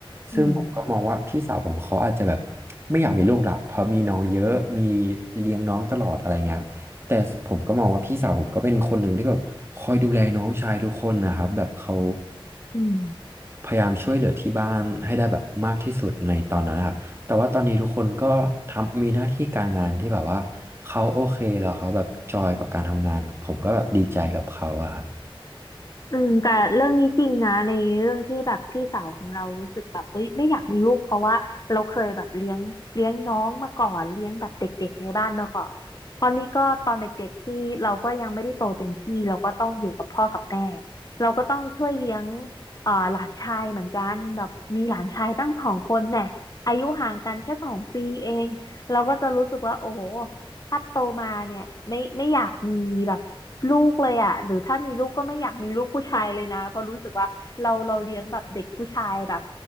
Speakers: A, on the right; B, on the left.
A: ซึ่งผมก็มองว่าพี่สาวผมเขาอาจจะแบบ
B: อืม
A: ไม่อยากมีลูกละเพราะมีน้องเยอะมีเลี้ยงน้องตลอดอะไรเงี้ย แต่ผมก็มองว่าพี่สาวผมก็เป็นคนหนึ่งที่แบบคอยดูแลน้องชายทุกคนนะครับแบบเขา
B: อืม
A: พยายามช่วยเหลือที่บ้านให้ได้แบบมากที่สุดในตอนนั้นนะครับแต่ว่าตอนนี้ทุกคนก็ทำมีหน้าที่การงานที่แบบว่าเขาโอเคแล้วเขาแบบจอยกับการทำงานผมก็แบบดีใจกับเขาอะครับ
B: อืมแต่เรื่องนี้จริงนะในเรื่องที่แบบพี่สาวของเรารู้สึกแบบเฮ้ยไม่อยากมีลูกเพราะว่าเราเคยแบบเลี้ยงเลี้ยงน้องมาก่อนเลี้ยงแบบเด็กๆในบ้านมาก่อนตอนนี้ก็ตอนเด็กๆที่เราก็ยังไม่ได้โตเต็มที่เราก็ต้องอยู่กับพ่อกับแม่เราก็ต้องช่วยเลี้ยงเอ่อหลานชายเหมือนกันแบบมีหลานชายตั้งสองคนเนี่ยอายุห่างกันแค่สองปีเองเราก็จะรู้สึกว่าโอ้โหถ้าโตมาเนี่ยไม่ไม่อยากมีแบบ ลูกเลยอ่ะหรือถ้ามีลูกก็ไม่อยากมีลูกผู้ชายเลยนะ เพราะรู้สึกว่าเราเราเลี้ยงแบบเด็กผู้ชายแบบ